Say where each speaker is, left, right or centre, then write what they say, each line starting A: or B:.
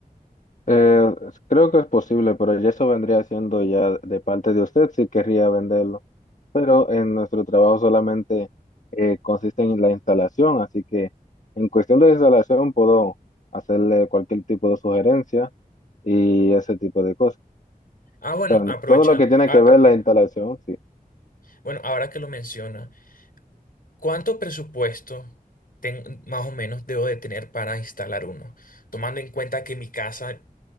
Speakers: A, on the left; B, on the left.
A: Eh, creo que es posible, pero ya eso vendría siendo ya de parte de usted si querría venderlo. Pero en nuestro trabajo solamente eh, consiste en la instalación, así que en cuestión de instalación puedo hacerle cualquier tipo de sugerencia y ese tipo de cosas.
B: Ah, bueno,
A: O sea,
B: aprovechan.
A: todo lo que tiene
B: ah,
A: que ver
B: ah,
A: la
B: ah.
A: instalación, sí.
B: bueno, ahora que lo menciona, ¿cuánto presupuesto ten- más o menos debo de tener para instalar uno? Tomando en cuenta que mi casa